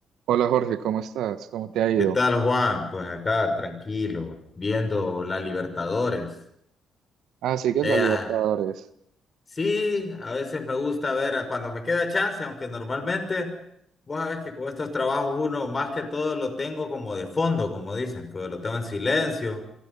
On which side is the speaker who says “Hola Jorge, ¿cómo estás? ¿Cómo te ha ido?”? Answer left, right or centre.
Right